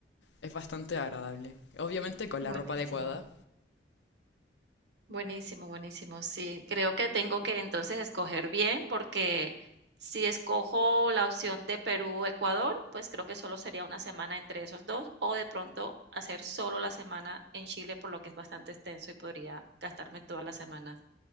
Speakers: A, on the left (about 80°); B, on the right (about 75°).
A: Es bastante agradable. Obviamente con
B: buenísimo.
A: la ropa adecuada,
B: Buenísimo, buenísimo. Sí, creo que tengo que entonces escoger bien porque si escojo la opción de Perú-Ecuador, o Ecuador, pues creo que solo sería una semana entre esos dos o de pronto hacer solo la semana en Chile, por lo que es bastante extenso y podría gastarme toda la semana